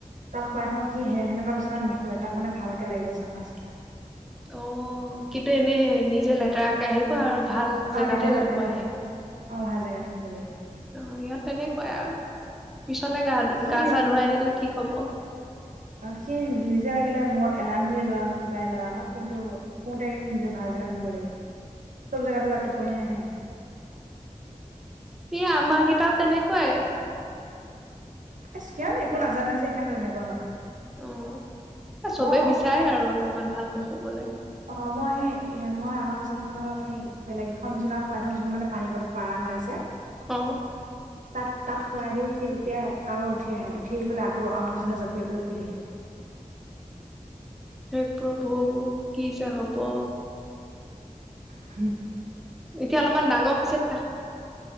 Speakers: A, on the right; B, in the centre.
A: তাত শুৱাই থওঁ কি সে-সেনেকুৱা বিচিনাত নুশুৱে তাক মানে ভালকে লাগিব চাফা চুফা।
B: অ', কিন্তু এনেই নিজে লেতেৰাকে আহিব আৰু ভাল
A: অ
B: জেগাতহে
A: নিজে লেতেৰাকে
B: শুব আহে।
A: লাগিব অ', ভাল জেগা শুব লাগিব।
B: অ', সিহঁত তেনেকুৱাই আৰু। পিছলে গা ধু
A: সি
B: গা
A: নিজ
B: চা ধুৱাই দিলে ঠিক হ'ব।
A: অ সি নিজে লাগিলে মূৰত এলান ধুয়ে লোৱা হওঁক কিবাই লোৱা হওঃক কিন্তু শুওতে নিজে ভাল জেগা শুব লাগিব চব জেগাতে তাৰ টোপনি নাহে।
B: এ আমাৰ কেইটাও তেনেকুৱাই।
A: ইছ, কিয়নো একো নাজানে যে সেইকাৰণে এনেকুৱা হয়।
B: অ', এ চবে
A: মই
B: বিচাৰে আৰু অলপমান ভালকে শুবলে।
A: অ', মই সেই মই আমাৰ বিচনাখনৰ পৰা মানে বেলেগ এখন বিচনাত শুৱাই থৈছো মানে পানী কাপোৰ পাৰা হৈ আছে।
B: অ'।
A: তাত তাত সোৱাই দিও সি তেতিয়া তাপা উঠি আহে উঠি আহি পেলাই আকৌ আমাৰ বিছনা জপিয়াই পেলাই শুই থাকে
B: হেই প্ৰভু কি যে হব
A: হোম
B: এতিয়া অলপমান ডাঙৰ হৈছে